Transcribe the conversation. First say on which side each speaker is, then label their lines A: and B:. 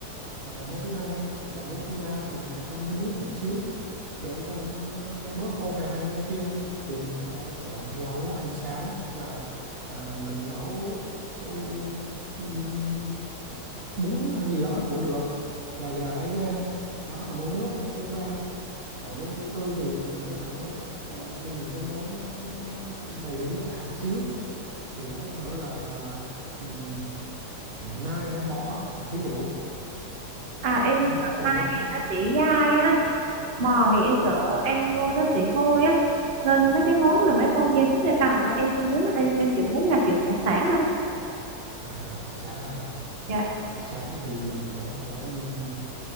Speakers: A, on the right; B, on the right.
A: Ờ, môn thứ hai và môn thứ ba thì mình ăn có nước nước một xíu để cho nó nó nó, nó bớt khô khan hai môn kia thì mình có thể chọn lẩu hay sáng hoặc là à, mình nấu ừ, ừm, bún hay gì đó cũng được hoặc là gà lá giang đó là môn nước môn thứ ba còn môn thứ tư thì mình có thể ờ, ăn những cái món nó đầy đủ chất đạm xíu thì có thể là là là ừm, nai hay bò hấp à, thí dụ
B: à em
A: ừ,
B: sợ
A: còn
B: nay
A: món
B: thì nó sẽ dai á bò thì em
A: ừ.
B: sợ ăn vô nó sẽ hôi á nên mấy cái món mà mấy con gia súc gia cầm á em không muốn ăn em kiểu muốn là kiểu hải sản thôi
A: À, hải sản hả?
B: dạ
A: Hải sản thì mình có thể ừm,